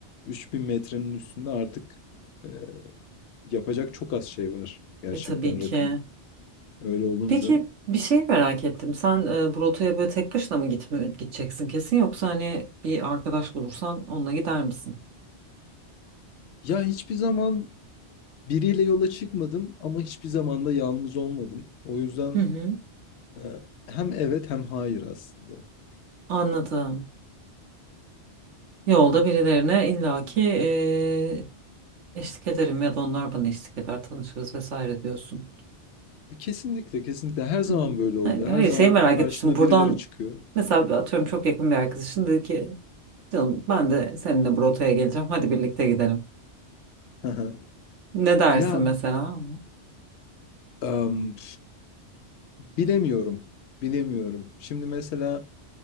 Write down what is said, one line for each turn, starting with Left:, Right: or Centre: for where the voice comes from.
Left: 3000 metrenin üstünde artık e, yapacak çok az şey var. Gerçekten
Right: E tabii ki.
Left: rakım öyle olunca.
Right: Peki bir şey merak ettim. Sen e, bu rotaya böyle tek başına mı gitme, gideceksin kesin yoksa hani bir arkadaş bulursan onunla gider misin?
Left: Ya hiçbir zaman biriyle yola çıkmadım ama hiçbir zaman da yalnız olmadım. O yüzden
Right: Hı hı.
Left: e, hem evet hem hayır aslında.
Right: Anladım. Yolda birilerine illaki e, eşlik ederim ya da onlar bana eşlik eder, tanışırız vesaire diyorsun.
Left: E, Kesinlikle kesinlikle her zaman
Right: Hı.
Left: böyle oluyor.
Right: Hayır, hayır,
Left: Her zaman
Right: şeyi merak
Left: karşına
Right: etmiştim. Buradan
Left: birileri çıkıyor.
Right: mesela atıyorum çok yakın bir arkadaşın dedi ki canım ben de seninle bu rotaya geleceğim. Hadi birlikte gidelim.
Left: <laughs>
Right: Ne dersin
Left: Ya
Right: mesela?
Left: em, bilemiyorum. Bilemiyorum. Şimdi mesela